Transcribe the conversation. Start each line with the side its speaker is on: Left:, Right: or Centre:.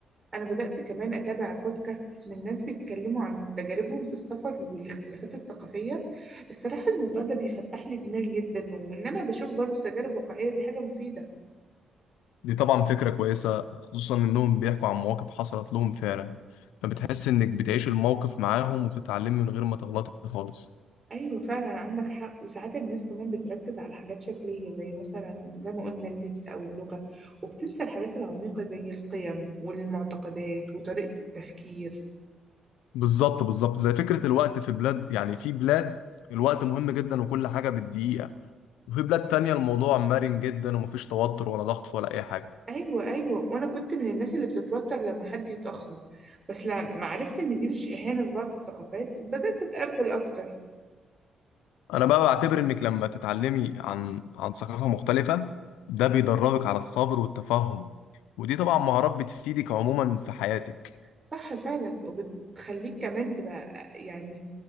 Right: أنا بدأت كمان أتابع بودكاست من ناس بيتكلموا عن تجاربهم في السفر والاختلافات الثقافية الصراحة الموضوع ده بيفتح لي دماغي جدا وإن أنا بشوف برضو تجارب واقعية دي حاجة مفيدة
Left: دي طبعا فكرة كويسة خصوصا إنهم بيحكوا عن مواقف حصلت لهم فعلا فبتحس إنك بتعيش الموقف معاهم وبتتعلم من غير ما تغلط خالص
Right: ايوه فعلا عندك حق وساعات الناس كمان بتركز على حاجات شكليه زي مثلا زي ما قلنا اللبس او اللغه وبتنسى الحاجات العميقه زي القيم والمعتقدات وطريقه التفكير
Left: بالظبط بالظبط زي فكرة الوقت في بلاد يعني في بلاد الوقت مهم جدا وكل حاجة بالدقيقة وفي بلاد تانية الموضوع مرن جدا ومفيش توتر ولا ضغط ولا أي حاجة
Right: ايوه ايوه وانا كنت من الناس اللي بتتوتر لما حد يتاخر بس لما عرفت ان دي مش اهانه في بعض الثقافات بدات اتقبل اكتر
Left: انا بقى بعتبر انك لما تتعلمي عن عن ثقافة مختلفة ده بيدربك على الصبر والتفهم ودي طبعا مهارات بتفيدك عموما في حياتك
Right: صح فعلا وبتخليك كمان تبقى يعني